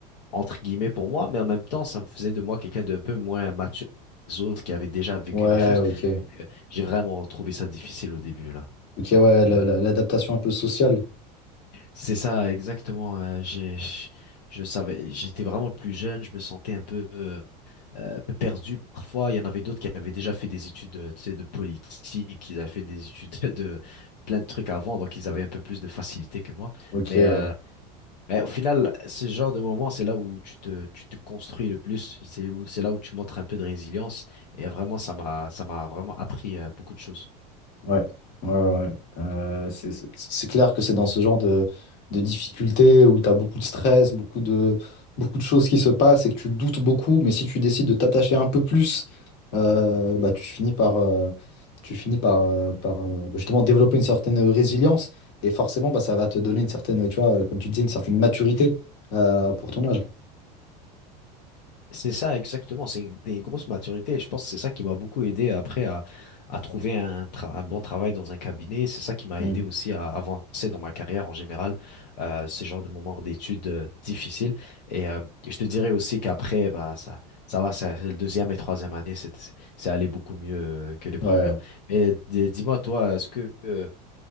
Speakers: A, on the left; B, on the left.
A: entre guillemets pour moi, mais en même temps, ça me faisait de moi quelqu'un d'un peu moins mature que les autres qui avait déjà vécu
B: Ouais,
A: des choses.
B: ok.
A: Donc, euh, j'ai vraiment trouvé ça difficile au début, là.
B: Ok, ouais, la- la- l'adaptation un peu sociale.
A: C'est ça, exactement. euh, j'ai, je savais, j'étais vraiment le plus jeune, je me sentais un peu, euh, euh, un peu perdu. Parfois, il y en avait d'autres qui avaient déjà fait des études, euh, tu sais, de politique, ils avaient fait des études <laughs> de plein de trucs avant, donc ils avaient un peu plus de facilité que moi.
B: Ok,
A: Mais
B: ouais.
A: euh, Mais au final, ce genre de moment, c'est là où tu te, tu te construis le plus, c'est où, c'est là où tu montres un peu de résilience. Et vraiment, ça m'a, ça m'a vraiment appris euh, beaucoup de choses.
B: Ouais, ouais, ouais. ouais. Euh, c'est c'est- c'est clair que c'est dans ce genre de, de difficultés où tu as beaucoup de stress, beaucoup de, beaucoup de choses qui se passent et que tu doutes beaucoup, mais si tu décides de t'attacher un peu plus, euh, bah, tu finis par, euh, tu finis par, euh, par euh, justement développer une certaine résilience et forcément, bah, ça va te donner une certaine, tu vois, comme tu disais, une certaine maturité euh, pour ton âge.
A: C'est ça, exactement. C'est des grosses maturités. Et je pense que c'est ça qui m'a beaucoup aidé après à, à trouver un, tra- un bon travail dans un cabinet. C'est ça qui m'a
B: Mm.
A: aidé aussi à avancer dans ma carrière en général, euh, ce genre de moments d'études euh, difficiles. Et euh, je te dirais aussi qu'après, bah, ça, ça va, ça, le deuxième et troisième année, c'est, c'est allé beaucoup mieux euh, que les premières.
B: Ouais.
A: Mais d- dis-moi, toi, est-ce que euh,